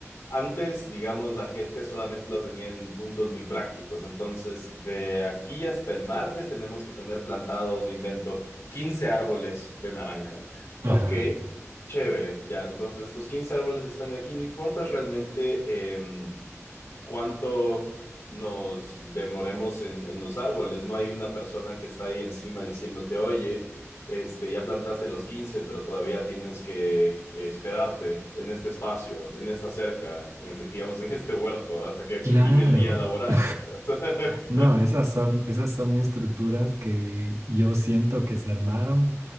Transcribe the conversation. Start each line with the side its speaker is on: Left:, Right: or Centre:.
Left: Antes, digamos, la gente solamente lo tenía en puntos muy prácticos. Entonces, de aquí hasta el martes tenemos que tener plantados, me invento, 15 árboles de naranja. Ok,
Right: Ajá.
Left: chévere. Ya, entonces estos 15 árboles están aquí. No importa realmente em, cuánto nos demoremos en, en los árboles. No hay una persona que está ahí encima diciéndote, oye, este, ya plantaste los 15, pero todavía tienes que eh, esperarte en este espacio, en esta cerca, en- <laughs> digamos, en este huerto, hasta que
Right: Claro.
Left: culmine el día laboral,
Right: <laughs>
Left: ¿cachas? <laughs>
Right: No, esas son, esas son estructuras que yo siento que se armaron